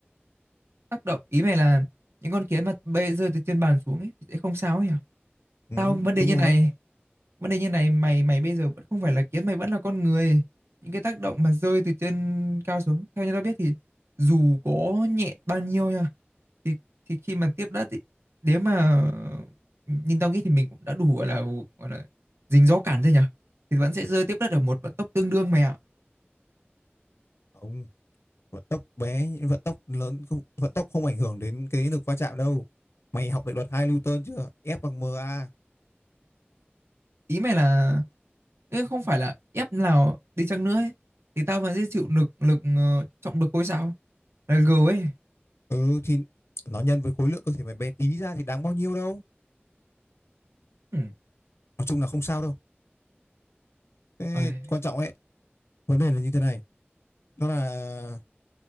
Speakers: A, on the right; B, on the left.
A: Tác động ý mày là những con kiến mà bay rơi từ trên bàn xuống ấy thì sẽ không sao ấy hả?
B: ừ,
A: Tao vấn đề
B: đúng
A: như
B: rồi
A: này, vấn đề như này mày mày bây giờ vẫn không phải là kiến, mày vẫn là con người. Những cái tác động mà rơi từ trên cao xuống, theo như tao biết thì dù có nhẹ bao nhiêu nha, thì thì khi mà tiếp đất thì nếu mà nhìn tao nghĩ thì mình cũng đã đủ gọi là gọi là dính gió cản rồi nhỉ, thì vẫn sẽ rơi tiếp đất ở một vận tốc tương đương mày ạ.
B: ông vận tốc bé vận tốc lớn không, vận tốc không ảnh hưởng đến cái lực va chạm đâu mày học định luật hai Newton chưa F bằng ma
A: Ý mày là Ê, không phải là ép nào đi chăng nữa ấy, thì tao vẫn sẽ chịu lực lực ờ, trọng lực khối sao là G ấy.
B: ừ thì nó nhân với khối lượng cơ thể mày bé tí ra thì đáng bao nhiêu đâu
A: Ừ.
B: nói chung là không sao đâu thế
A: Ai.
B: quan trọng ấy vấn đề là như thế này đó là